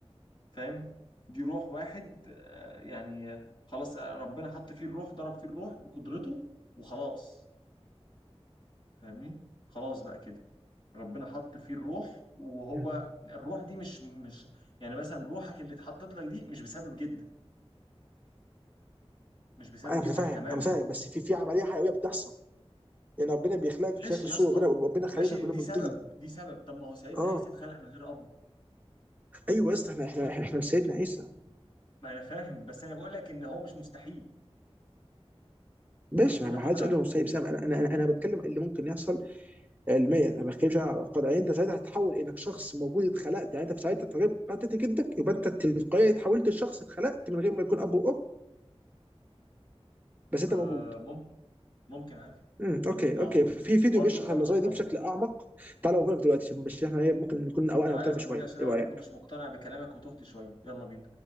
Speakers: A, on the left; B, on the right.
A: فاهم؟ دي روح واحد آه، يعني آه، خلاص آه، ربنا حط فيه الروح ضرب فيه الروح بقدرته وخلاص فاهمني خلاص بقى كده ربنا حط فيه الروح وهو
B: مم.
A: الروح دي مش مش يعني مثلا روحك اللي اتحطت لك دي مش بسبب جدك مش بسبب
B: انا
A: جدك
B: متفاهم
A: تماما
B: انا فاهم بس في في عمليه حيويه بتحصل يعني ربنا بيخلقك
A: ماشي
B: في شكل
A: يا
B: صوره
A: اسطى
B: ربنا ربنا خلينا
A: ماشي
B: كلنا
A: دي
B: من
A: سبب
B: طين
A: دي سبب طب ما هو سيدنا
B: اه
A: عيسى اتخلق من غير اب
B: ايوه يا اسطى احنا احنا احنا مش سيدنا عيسى
A: ما انا فاهم بس انا بقول لك ان هو مش مستحيل
B: ماشي
A: ربنا
B: ما ما
A: قادر
B: حدش
A: على
B: قال له مش سيد بس انا انا انا أنا بتكلم اللي ممكن يحصل علميا انا ما بتكلمش على قد يعني انت ساعتها هتتحول انك شخص موجود اتخلقت يعني انت في ساعتها طبيعي بتاعت جدك يبقى انت تلقائيا اتحولت لشخص اتخلقت من غير ما يكون اب وام بس انت
A: آه
B: موجود
A: ممكن ممكن عادي
B: امم اوكي
A: ما
B: اوكي
A: هو
B: في فيديو
A: برضو
B: بيشرح
A: برضو
B: النظريه دي
A: رب
B: بشكل اعمق تعالوا هنا دلوقتي عشان بشرح احنا ايه ممكن نكون اوقات
A: تعالى
B: مختلفه
A: وريهولي
B: شويه
A: عشان انا
B: ايه رايك
A: برضو مش مقتنع بكلامك وتهت شويه يلا بينا